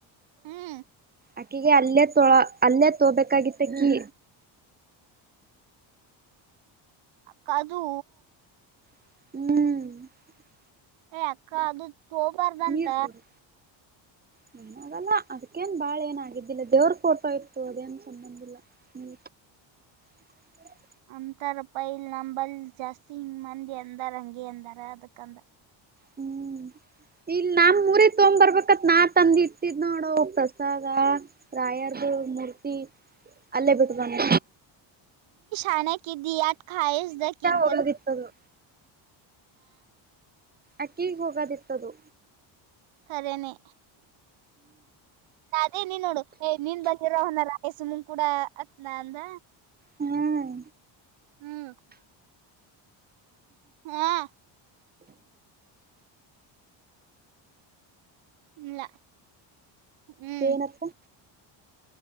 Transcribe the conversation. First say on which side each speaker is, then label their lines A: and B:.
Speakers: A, on the right (about 75°); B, on the right (about 20°).
A: ಹ್ಮ್
B: ಅಕಿಗೆ ಅಲ್ಲೇ ತೊಳ ಅಲ್ಲೇ ತೋಬೇಕಾಗಿತ್ತ ಕೀ
A: ಕದು
B: ಹ್ಮ್
A: ಏ ಅಕ್ಕ ಅದು ತಬಾರ್ದಂತ
B: ನೀರ್ ಕೊಡು <unintelligible> ಏನಾಗಲ್ಲ ಅದ್ಕೇನ್ ಬಾಳ ಏನ ಆಾಗಿದ್ದಿಲ್ಲ ದೇವ್ರ ಫೋಟೋ ಇತ್ತು ಅದೇನ್ ಸಂಬಂದಿಲ್ಲ ನೀ. <unintelligible>
A: ಅಂತರ್ ಪೈಲ್ ನಂಬಲ್ ಜಾಸ್ತಿ ಮಂದಿ ಎಂದ ರಂಗೆ ಎಂದರ ಅದಕಂದ.
B: ಹ್ಮ್. ಇಲ್ ನಮ್ ಊರ ತಗ್ ಬರ್ಬೇಕತ್ ನಾ ತಂದ ಇಟ್ಟಿದ್ ನೋಡೋಗ ಪ್ರಸಾದ. ರಾಯಾರ್ದ ಮೂರ್ತಿ ಅಲ್ಲೇ ಬಿಟ್ಟತಾನೆ.
A: ಾನೆ ದ ಆತ್ಾಯಷ್ಟ್ದ.
B: ಹೋಗೋದಿತ್ತದು ಅಕ್ಕಿಿಗೆ ಹೋಗದಿತ್ತದು.
A: ಅದೇನೇ. ಅದೇ ನೀನ್ ನೋಡು ಏ ನೀನ್ ಬದಿರ ಅವನಲ್ಲಾಯ ಸುಮಂಗ ಕೂಡ ಅತ್ನಾ ಅಂದ.
B: ಹ್ಮ್.
A: ಹ್ಮ್. ಹಾ. ಇಲ್ಲ ಹ್ಮ್
B: ಏನಪ್ಪ.